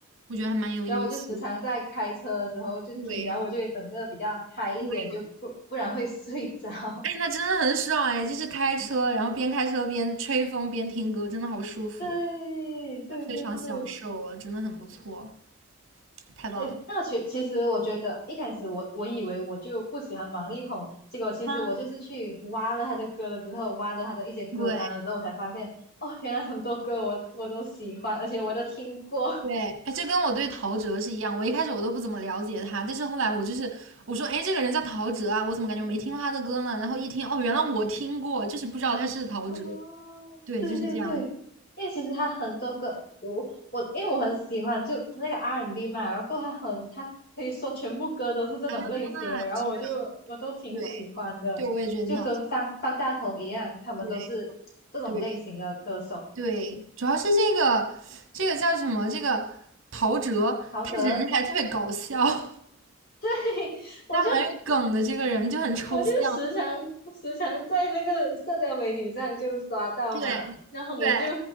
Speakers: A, on the right; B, on the left.
A: 我觉得还蛮有意思的。
B: 然后我就时常在开车的时候就听，
A: 对
B: 然后我就会整个比较嗨一点，
A: 对，
B: 就不不然会睡着。<laughs>
A: 哎，那真的很爽哎，就是开车，然后边开车边吹风边听歌，真的好舒服，
B: 对对对对，
A: 非常享受啊，真的很不错，太棒了。
B: 对，那个其其实我觉得一开始我我以为我就不喜欢王力宏，结果其实我就是去挖了他的歌了之后，
A: 啊，
B: 挖了他的一些歌单了之后，
A: 对
B: 我才发现哦，原来很多歌我我都喜欢，而且我都听过。
A: 对，哎，这跟我对陶喆是一样，我一开始我都不怎么了解他，但是后来我就是我说，哎，这个人叫陶喆啊，我怎么感觉没听过他的歌呢？然后一听，哦，原来我听过，就是不知道他是陶喆，
B: 哦，
A: 对，
B: 对对对，
A: 就是这样子。
B: 因为其实他很多歌，我我因为我很喜欢就那个 R&B and B 嘛，然后他很他可以说全部歌都是这种类型的，
A: 啊，
B: 然后我就我都挺喜欢的，
A: 是的，对，对，我也觉得挺好听的
B: 就跟方方大同一样，他们都是这种类型的歌手。
A: 对对。对，主要是这个这个叫什么？这个陶喆，
B: 陶喆，
A: 他人还特别搞笑，<laughs>
B: 对，<laughs> 我就
A: 他蛮有梗的。这个人就很抽象，
B: 我就时常时常在那个社交媒体上就刷到嘛，
A: 对对，
B: 然后我们就